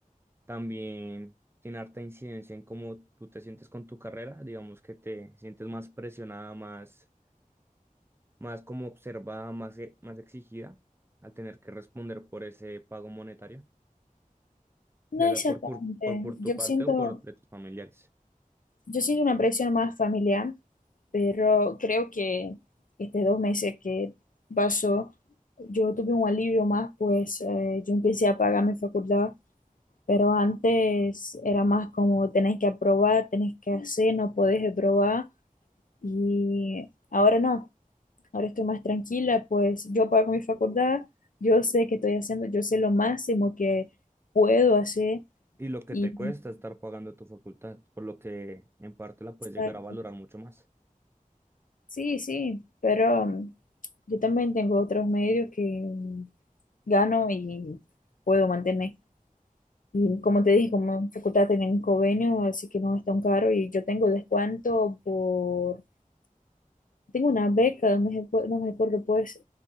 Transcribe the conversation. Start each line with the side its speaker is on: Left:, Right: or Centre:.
Right: También tiene harta incidencia en cómo tú te sientes con tu carrera, digamos que te sientes más presionada, más, más como observada, más, e- más exigida al tener que responder por ese pago monetario,
Left: No
Right: ya
Left: exactamente,
Right: sea por, por, por, por
Left: yo
Right: tu parte
Left: siento,
Right: o por de tus familiares.
Left: yo siento una presión más familiar pero creo que estos dos meses que pasó, yo tuve un alivio más, pues eh, yo empecé a pagar mi facultad, pero antes era más como tenés que aprobar, tenés que hacer, no podés reprobar, y ahora no, ahora estoy más tranquila, pues yo pago mi facultad, yo sé que estoy haciendo, yo sé lo máximo que puedo hacer,
Right: Y lo que
Left: y
Right: te cuesta estar pagando tu facultad, por lo que en parte la
Left: exacto.
Right: puedes llegar a valorar mucho más.
Left: sí, sí, pero um, yo también tengo otros medios que gano y puedo mantener. Y como te
Right: Sí.
Left: dije, como en facultad tienen convenio, así que no es tan caro y yo tengo descuento por, tengo una beca, no me, recu- no me acuerdo, pues,